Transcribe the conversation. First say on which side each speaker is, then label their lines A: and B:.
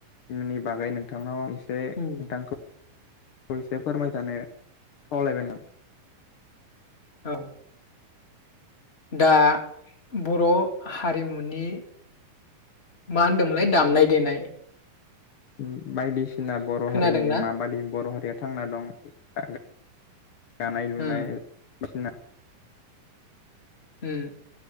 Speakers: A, on the left; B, on the left.
A: नि बागै नोंथांनाव आं एसे
B: उम
A: नोंथांखौ एसे फोरमायजानो खावलायबाय नों
B: औ। दा बर' हारिमुनि मा होनदोंमोनलाय? दामनाय देनाय।
A: उम बायदिसिना बर'
B: खोनादोंना
A: हारिनि माबादि बर' हारिया थांना दं <unintelligible> दानाय लुनाय
B: ओ
A: <unintelligible>
B: उम